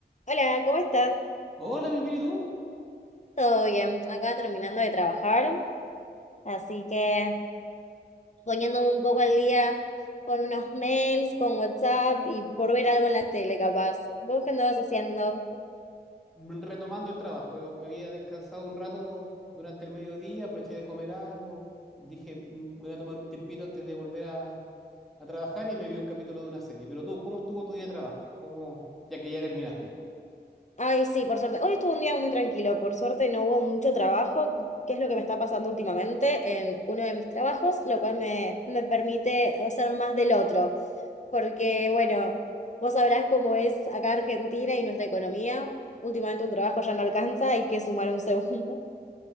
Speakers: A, on the left (about 40°); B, in the centre.
A: Hola, ¿cómo estás?
B: Hola, bien, bien, ¿y tú?
A: Todo bien, acá terminando de trabajar, así que poniéndome un poco al día con unos mails, con WhatsApp y por ver algo en la tele, capaz. ¿Vos qué andabas haciendo?
B: Mm, Retomando el trabajo. Había descansado un rato durante el mediodía, aproveché de comer algo. Dije, "Mm, voy a tomar un tiempito antes de volver a, a trabajar y me vi un capítulo de una serie. Pero tú, ¿cómo estuvo tu día de trabajo? ¿Cómo, ya que ya terminaste?
A: Ay, sí, por suerte. Hoy estuvo un día muy tranquilo, por suerte no hubo mucho trabajo, que es lo que me está pasando últimamente en uno de mis trabajos, lo cual me, me permite hacer más del otro, porque bueno, vos sabrás cómo es acá Argentina y nuestra economía. Últimamente un trabajo ya no alcanza, hay que sumar un segundo